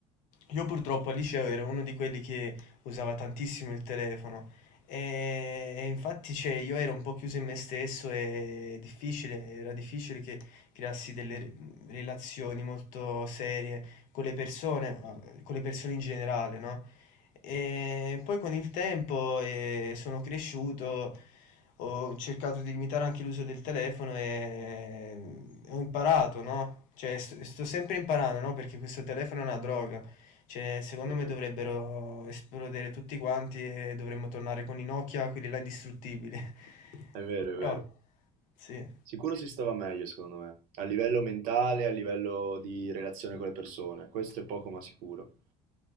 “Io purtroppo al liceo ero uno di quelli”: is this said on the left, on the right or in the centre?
Left